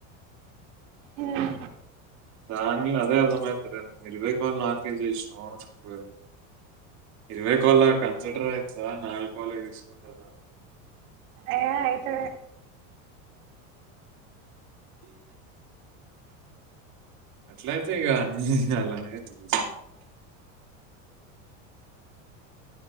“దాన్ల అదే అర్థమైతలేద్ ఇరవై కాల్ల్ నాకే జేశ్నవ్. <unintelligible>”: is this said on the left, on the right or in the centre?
Right